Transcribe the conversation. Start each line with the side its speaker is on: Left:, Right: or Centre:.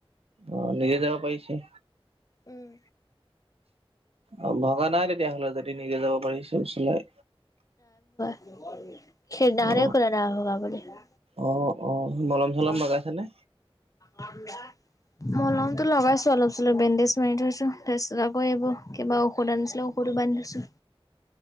Right: অ, নিজে যাব পাৰিছে।
Left: উম,
Right: অ', ভগা নাই তেতিয়াহ'লে, যদি নিজে যাব পাৰিছে স্কুটি চলাই
Left: অ', খেৰ নাহান
Right: অ
Left: খলা ন হা বুলিলে
Right: অ অ মলম চলম
Left: ভ
Right: লগাইছে নে?
Left: আ <unintelligible> মলম টো লগাইছো অলপ চলপ বেণ্ডেজ মাৰি থৈছো তাৰপিছত আকৌ এইবোৰ কিবা ঔষধ আনিছিলো ঔষধ বান্ধছো